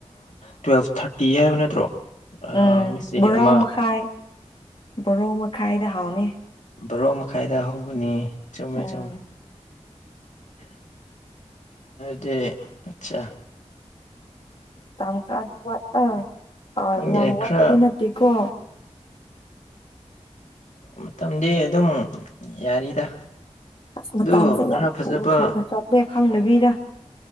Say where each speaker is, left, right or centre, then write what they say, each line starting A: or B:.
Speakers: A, on the left; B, on the left.
A: ꯇ꯭ꯋꯦꯜꯐ ꯊꯥꯔꯇꯤ ꯍꯥꯏꯕ ꯅꯠꯇ꯭ꯔꯣ ꯑꯥ
B: ꯎꯝ
A: ꯉꯁꯤꯒꯤ
B: ꯕꯣꯔꯥꯎ
A: ꯑꯃ
B: ꯃꯈꯥꯏ ꯕꯣꯔꯥꯎ ꯃꯈꯥꯏꯗ ꯍꯥꯎꯅꯤ
A: ꯕ꯭ꯔꯣ ꯃꯥꯏꯗ ꯍꯒꯅꯤ ꯆꯃꯦ
B: ꯎꯝ
A: ꯆ ꯗꯤ ꯑꯆꯥ
B: ꯇꯝ ꯑꯅꯤ ꯋꯥ ꯑ
A: ꯈꯪꯗꯦꯅꯦ
B: ꯌꯥꯝ ꯋꯥꯠꯇꯗꯤ
A: ꯈꯔ
B: ꯅꯠꯇꯦꯀꯣ
A: ꯃꯇꯝꯗꯤ ꯑꯗꯨꯝ ꯌꯥꯔꯤꯗ
B: ꯑꯁ ꯃꯇꯁꯦ
A: ꯑꯗꯨ
B: ꯌꯥꯝ
A: ꯈꯔ ꯐꯖꯕ
B: ꯊꯨ ꯊꯨꯅ ꯆꯠꯠꯇ꯭ꯔꯦ ꯈꯪꯅꯕꯤꯔ